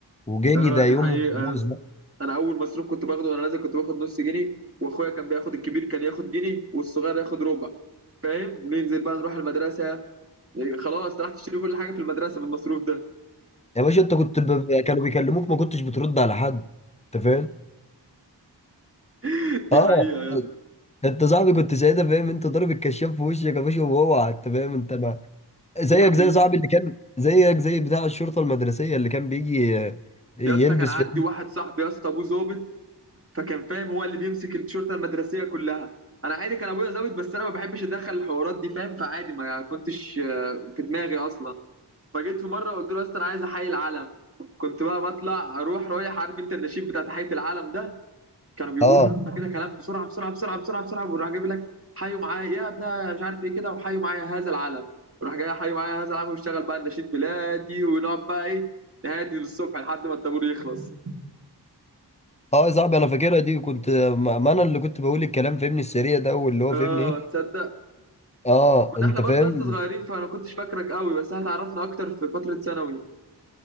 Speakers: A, on the left (about 15°); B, on the right (about 35°).
A: وجنيه
B: اه
A: ده يوم
B: دي حقيقه
A: ما
B: يا
A: خلاص
B: اسطى
A: بقى
B: انا اول مصروف كنت باخده وانا نازل كنت باخد نص جنيه واخويا كان بياخد الكبير كان ياخد جنيه والصغير ياخد ربع فاهم وننزل بقى نروح المدرسه إيه، خلاص راح تشتري كل حاجه في المدرسه بالمصروف ده
A: يا باشا انت كنت ب... كانوا بيكلموك ما كنتش بترد على حد انت فاهم
B: <laughs> دي
A: اه
B: حقيقه يا اسطى
A: انت صاحبي كنت ساعتها فاهم انت ضارب الكشاف في وشك يا باشا وهو انت فاهم انت ما زيك
B: دي حقيقه.
A: زي صاحبي اللي كان زيك زي بتاع الشرطه المدرسيه اللي كان بيجي آه، يلبس
B: يا اسطى كان عندي
A: في
B: واحد صاحبي يا اسطى ابوه ظابط فكان فاهم هو اللي بيمسك الشرطه المدرسيه كلها انا عادي كان ابويا ظابط بس انا ما بحبش اتدخل الحوارات دي فاهم فعادي ما كنتش آه، في دماغي اصلا فجيت في مره قلت له يا اسطى انا عايز احيي العلم كنت بقى بطلع اروح رايح عارف انت النشيد بتاع تحيه العلم ده كانوا بيقولوا
A: اه
B: يا اسطى كده كلام بسرعه بسرعه بسرعه بسرعه بسرعه وراح جايب لك حيوا معايا يا ابنها مش عارف ايه كده وحيوا معايا هذا العلم وراح جاي حيوا معايا هذا العلم واشتغل بقى النشيد بلادي ونقعد بقى ايه نهادي للصبح لحد ما الطابور يخلص
A: اه يا صاحبي انا فاكرها دي كنت ما ما انا اللي كنت بقول الكلام فهمني السريع ده واللي هو فهمني
B: اه
A: ايه
B: تصدق
A: اه
B: كنا
A: انت
B: احنا
A: فاهم
B: برضه لسه صغيرين فانا كنتش فاكرك قوي بس احنا اتعرفنا اكتر في فتره ثانوي